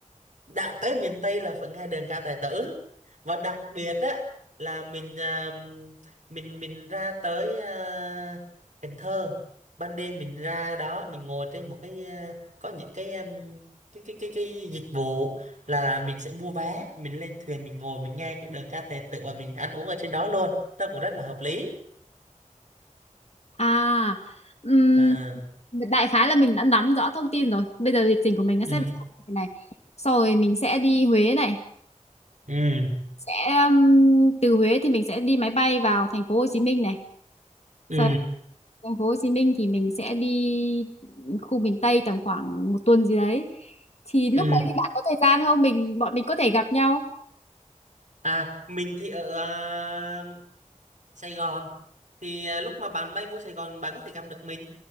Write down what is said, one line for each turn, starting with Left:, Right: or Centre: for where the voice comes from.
Right: đã tới miền Tây là vẫn hay đờn ca tài tử và đặc biệt á là mình à, mình mình ra tới à, Cần Thơ ban đêm mình ra đó mình ngồi trên một cái à, có những cái um, cái cái cái cái dịch vụ là mình sẽ mua vé mình lên thuyền mình ngồi mình nghe cái đờn ca tài tử và mình ăn uống ở trên đó luôn nó cũng rất là hợp lý
Left: À, ừm,
Right: à,
Left: đại khái là mình đã nắm rõ thông tin rồi. Bây giờ lịch trình của mình nó sẽ
Right: ừ
Left: về thế này. Sau rồi mình sẽ đi Huế này.
Right: ừ
Left: Sẽ um, từ Huế thì mình sẽ đi máy bay vào thành phố Hồ Chí Minh này.
Right: ừ
Left: Sau thành phố Hồ Chí Minh thì mình sẽ đi khu miền Tây tầm khoảng một tuần gì đấy thì lúc
Right: ừ
Left: đấy thì bạn có thời gian không mình bọn mình có thể gặp nhau
Right: à mình thì ở à, Sài Gòn thì à, lúc mà bạn bay vô Sài Gòn bạn có thể gặp được mình